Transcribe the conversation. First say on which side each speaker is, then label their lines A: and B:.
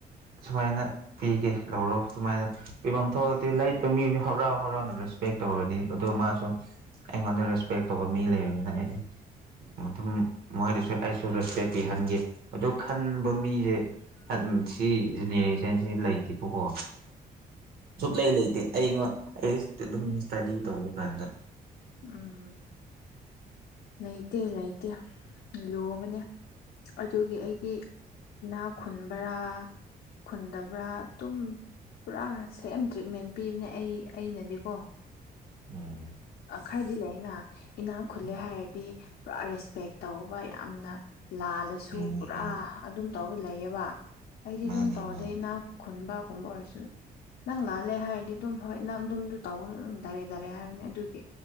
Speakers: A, on the right; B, on the left.
A: ꯁꯨꯃꯥꯏꯅ ꯄꯤꯒꯦ ꯂꯧꯔꯣ ꯁꯨꯃꯥꯏꯅ ꯄꯤꯐꯝ ꯊꯣꯛꯑꯗꯤ ꯂꯥꯏꯠ ꯄꯦꯃꯤꯁꯨ ꯍꯔꯥꯎ ꯍꯔꯥꯎꯅ ꯔꯦꯁꯄꯦꯛ ꯇꯧꯔꯅꯤ ꯑꯗꯣ ꯃꯥꯁꯨ ꯑꯩꯉꯣꯟꯗ ꯔꯦꯁꯄꯦꯛ ꯇꯧꯕ ꯃꯤ ꯂꯩꯅꯤꯅ ꯑꯩ ꯑꯗꯨꯝ ꯃꯣꯏꯗꯁꯨ ꯑꯩꯁꯨ ꯔꯦꯁꯄꯦꯛ ꯄꯤꯍꯟꯒꯦ ꯑꯗꯣ ꯈꯟꯕ ꯃꯤꯁꯦ ꯑꯠ ꯎꯝ ꯁꯤꯖꯤꯅꯦ <unintelligible> ꯂꯩꯇꯦꯕꯀꯣ ꯁꯨꯛꯂꯩ ꯂꯩꯇꯦ ꯑꯩꯉꯣꯟ ꯑꯩ ꯑꯦꯁꯇ ꯗꯨꯝ ꯏꯁꯇꯗꯤ ꯇꯧꯕ ꯀꯥꯟꯗ
B: ꯎꯝ ꯂꯩꯇꯦ ꯂꯩꯇꯦ ꯂꯨꯕꯅꯦ ꯑꯗꯨꯒꯤ ꯑꯩꯗꯤ ꯏꯅꯥ ꯈꯨꯨꯟꯕꯔꯥ ꯈꯨꯟꯗꯕ꯭ꯔꯥ ꯑꯗꯨꯝ ꯄꯨꯔꯥ ꯁꯦꯝ ꯇ꯭ꯔꯤꯠꯃꯦꯟ ꯄꯤꯕꯅꯦ ꯑꯩ ꯑꯩꯅꯗꯤꯀꯣ
A: ꯎꯝ
B: ꯈꯥꯏꯗꯤ ꯂꯩꯅ ꯏꯅꯥꯛ ꯈꯨꯜꯂꯦ
A: ꯎꯝ
B: ꯍꯥꯏ ꯍꯥꯏꯗꯤ ꯄꯨꯔꯥ ꯔꯦꯁꯄꯦꯛ ꯇꯧꯕ ꯌꯥꯝꯅ ꯂꯥꯜꯂꯁꯨ
A: ꯎꯝ
B: ꯄꯨꯔꯥ
A: ꯎꯝ
B: ꯑꯗꯨꯝ ꯇꯧꯕ ꯂꯩꯌꯦꯕ ꯑꯩꯗꯤ
A: ꯃꯥꯅꯦ
B: ꯑꯗꯨꯝ ꯇꯧꯔꯗꯤ
A: ꯃꯥꯅꯦ
B: ꯢꯅꯥꯛ ꯈꯨꯟꯕꯒꯨꯝꯕ ꯑꯣꯏꯔꯁꯨ ꯅꯪ ꯂꯥꯜꯂꯦ ꯍꯥꯏꯔꯗꯤ ꯑꯗꯨꯝ ꯍꯣꯏ ꯅꯪ ꯑꯗꯨꯝꯗꯨ ꯇꯧꯒꯅꯨ ꯑꯗꯨꯝ ꯗꯥꯏꯔꯦꯛ ꯗꯥꯏꯔꯦꯛ ꯍꯥꯏꯕꯅꯤ ꯑꯗꯨꯒꯤ